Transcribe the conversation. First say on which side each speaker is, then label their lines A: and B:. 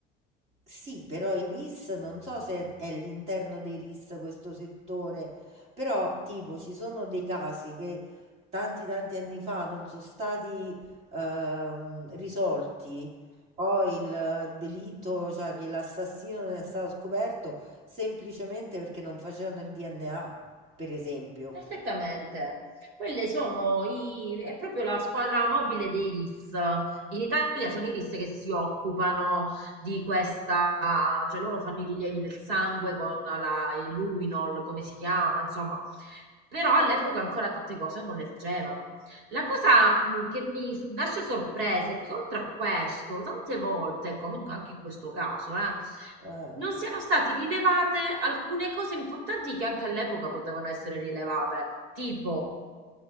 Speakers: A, on the right (about 30°); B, on the right (about 70°).
A: sì, però i RIS non so se è all'interno dei RIS questo settore, però tipo ci sono dei casi che tanti tanti anni fa non sono stati ehm, risolti, poi il, il delitto, cioè che l'assassino non è stato scoperto semplicemente perché non facevano il DNA, per esempio.
B: Perfettamente. Quelle sono i, è proprio la squadra mobile dei RIS. In Italia sono i RIS che si occupano di questa, cioè loro fanno i rilievi del sangue con la, il luminol, come si chiama, insomma. Però all'epoca ancora tante cose non le facevano. La cosa mh, che mi lascia sorpresa è che oltre a questo, tante volte, come in- anche in questo caso, eh,
A: Eh,
B: non siano state rilevate alcune cose importanti che anche all'epoca potevano essere rilevate, tipo